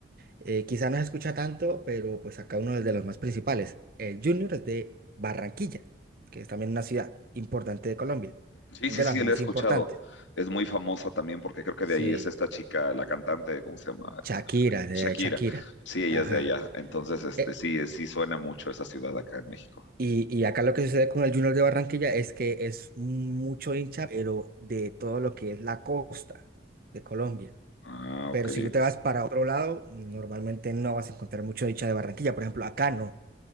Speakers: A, on the right; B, on the left.
A: Eh, quizá no se escucha tanto, pero pues acá uno de los más principales. El Junior es de Barranquilla, que es también una ciudad importante de Colombia,
B: Sí,
A: es
B: sí,
A: de
B: sí,
A: las
B: la
A: más
B: he escuchado.
A: importantes.
B: Es muy famosa también porque creo que
A: Sí.
B: de ahí es esta chica, la cantante, ¿cómo se llama?
A: Shakira, de
B: Shakira.
A: Shakira.
B: Sí, ella
A: Ajá.
B: es de allá. Entonces, este,
A: Eh,
B: sí, es- sí suena mucho esa ciudad acá en México.
A: y, y acá lo que sucede con el Junior de Barranquilla es que es mucho hincha, pero de todo lo que es la costa de Colombia.
B: Ah, ok.
A: Pero si tú te vas para otro lado, normalmente no vas a encontrar mucho hincha de Barranquilla. Por ejemplo, acá no.